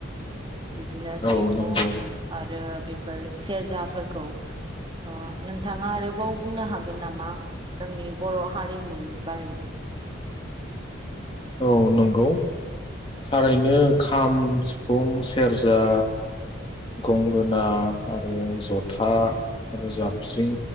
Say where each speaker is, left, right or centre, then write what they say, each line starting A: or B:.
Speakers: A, on the right; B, on the left.
A: बिदिनो
B: औ
A: सिफुं।
B: नंगौ
A: आरो बेफोर सेरजाफोरखौ ओ नोंथाङा आरोबाव बुंनो हागो गोन नामा जोंनि बर' हारिमुनि बारै
B: औ नंगौ थारैनो खाम, सिफुं, सेरजा। गंगोना आरो जथा आरो जाबस्रिं